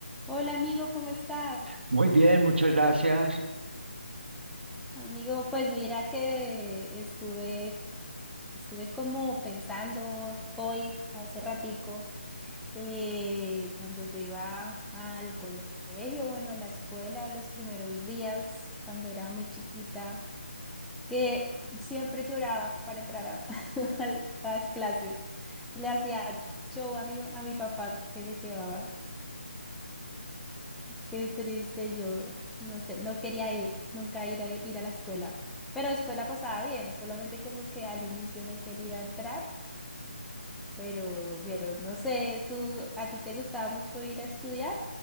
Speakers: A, in the centre; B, on the right (about 70°).
A: Hola amigo, ¿cómo estás?
B: Muy bien, muchas gracias.
A: Amigo, pues mira que estuve, estuve como pensando hoy, hace ratico, eh, cuando yo iba al colegio, bueno, a la escuela, los primeros días, cuando era muy chiquita, que siempre lloraba para entrar a, <laughs> a las clases. Le hacía show a mi, a mi papá que me llevaba. Qué triste, yo no sé, no quería ir, nunca ir a, ir a la escuela, pero después la pasaba bien, solamente como que al inicio no quería entrar, pero, pero no sé, ¿tú a ti te gustaba mucho ir a estudiar?